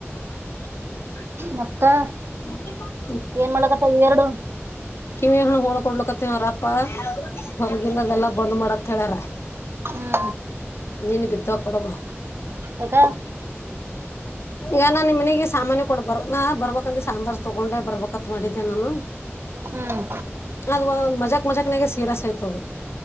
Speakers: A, on the left; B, on the right.
A: <unintelligible>
B: ಮತ್ತೆ
A: <unintelligible>
B: ಏನ್ ಮಾಡಕತ್ತ ಇವೆರಡು.
A: ಕಿವ ಹ ಹೋಣ ಕೊಡ್ಲಕತ್ತರಾಪ್ಪ ಹೊರಗಿಂದಲ್ಲ. ಬಂದ್ ಮಾಡಕ್ ಹೇಳಾರ.
B: ಹ್ಮ್
A: ನೀನ್ ಬಿದ್ದ ಕೊಡಬ.
B: ಯಾಕ
A: ಈಗ ನಾನ್ ನಿ ಮನೆಗೆ ಸಾಮಾನ್ಯ ಕೊಡ ಬರ್ ನಾ ಬರ್ಬೇಕಂದ ಸಾಂಬಾರ್ ತೊಗೊಂಡೆ ಬರ್ಬತ್ ಮಾಡಿದ್ದೆ ನಾನು.
B: ಹ್ಮ್
A: ಅದ ಮಜಾಕ್ ಮಜಾಕ್ನಾಗ ಸೀರಸ್ ಆಯ್ತದು